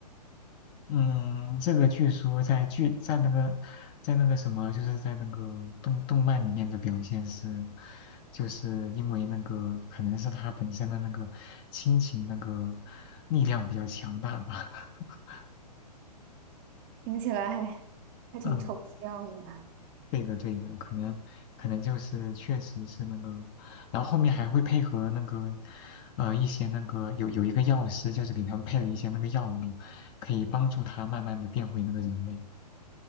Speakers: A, on the left; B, on the right.
A: 嗯，这个据说在剧在那个在那个什么，就是在那个动动漫里面的表现是，就是因为那个可能是他本身的那个亲情那个力量比较强大吧，<laughs>
B: 听起来还还挺抽象的。
A: 嗯。对的，对的，可能可能就是确实是那个，然后后面还会配合那个，呃，一些那个有有一个药师，就是给他们配了一些那个药物，可以帮助他慢慢的变回那个人类。